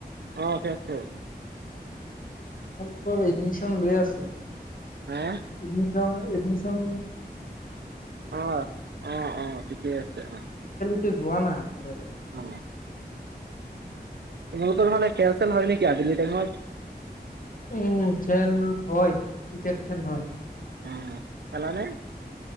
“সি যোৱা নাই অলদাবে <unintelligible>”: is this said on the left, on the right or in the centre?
Left